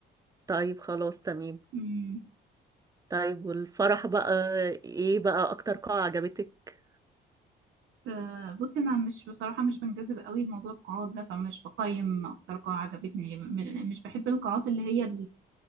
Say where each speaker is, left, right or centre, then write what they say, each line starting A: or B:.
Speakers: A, on the right (about 20°); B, on the right (about 75°).
A: طيب خلاص تمام
B: مم.
A: طيب والفرح بقى ايه بقى اكتر قاعة عجبتك
B: ف- بصي أنا مش بصراحة مش بنجذب قوي لموضوع القاعات ده فمش بقيم أكتر قاعة عجبتني م- مش بحب القاعات اللي هي